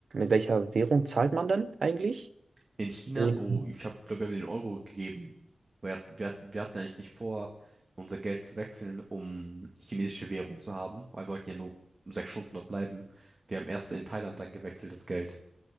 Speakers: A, on the right; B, on the right.
A: welcher Währung zahlt man dann eigentlich?
B: In China,
A: Mhm.
B: oh, ich habe, glaube, wir haben den Euro gegeben. Wir, hat- wir, hat- wir hatten eigentlich nicht vor, unser Geld zu wechseln, um chinesische Währung zu haben, weil wir wollten ja nur sechs Stunden dort bleiben. Wir haben erst in Thailand dann gewechselt, das Geld.